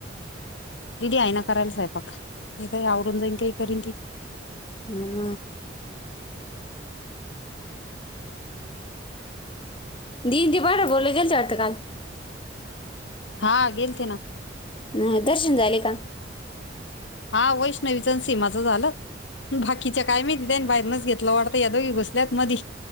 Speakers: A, on the left; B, on the left.
A: दिदी आहेना करायला स्वयंपाक, मी काही आवरून जाईन काही करीन ती.
B: हम् दिदी बर बोले गेलत्या वाटतं काल
A: हा.. गेलते ना.
B: ह्.. दर्शन झाले का?
A: हा.. वैष्णवीच, सीमाचं झालं... बाकीच्याच काय माहिती त्यांनी बाहेरूनच घेतलं वाटतं या दोघी घुसल्यात मधी